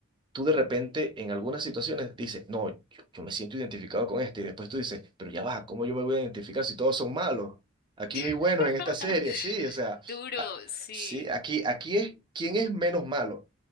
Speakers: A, on the right; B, on the left.
A: tú de repente en algunas situaciones dices, no, yo, yo me siento identificado con este, y después tú dices, pero ya va, ¿cómo yo me voy a identificar si todos son malos? Aquí no hay buenos
B: <laughs>
A: en esta serie, sí, o sea,
B: Duro,
A: a-
B: sí.
A: sí, aquí, aquí es quién es menos malo,